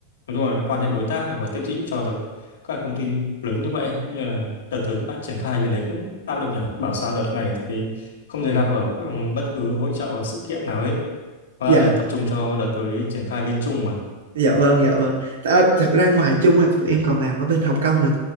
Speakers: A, on the left; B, on the right.
A: nói chung là quan hệ đối tác này và tiếp thị cho được các công ty lớn như vậy cũng như là đợt tới các bạn triển khai bên đấy cũng áp lực nhỉ bảo sao đợt này thì không thể gặp ở ừm, bất cứ hội chợ hoặc sự kiện nào hết và
B: dạ
A: tập trung cho đợt tới triển khai bên Trung mà
B: dạ vâng dạ vâng à, thật ra ngoài chung thì tụi em còn làm ở bên Hồng Kông nữa